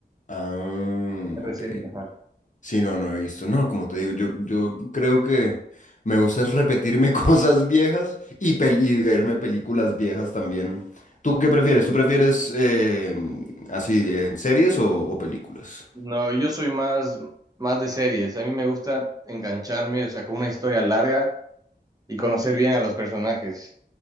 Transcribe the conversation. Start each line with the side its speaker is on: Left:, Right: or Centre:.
Left: Ah,
Right: Es
Left: ok.
Right: reciente, ajá.
Left: Sí, no, no he visto. No, como te digo, yo, yo creo que me gusta es repetirme <laughs> cosas viejas y, pel- y verme películas viejas también. ¿Tú qué prefieres? ¿Tú prefieres eh, así de series o, o películas?
Right: No, yo soy más, más de series. A mí me gusta engancharme, o sea, con una historia larga y conocer bien a los personajes.